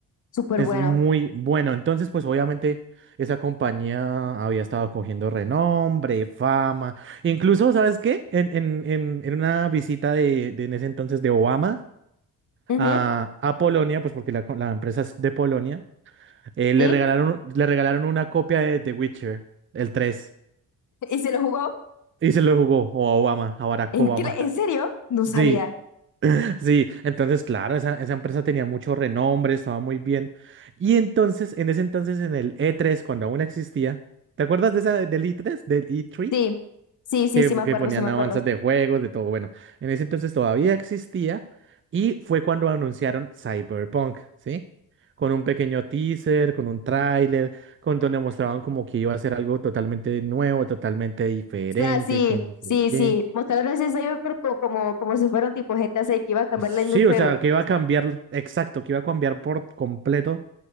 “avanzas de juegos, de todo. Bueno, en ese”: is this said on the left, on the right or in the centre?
Right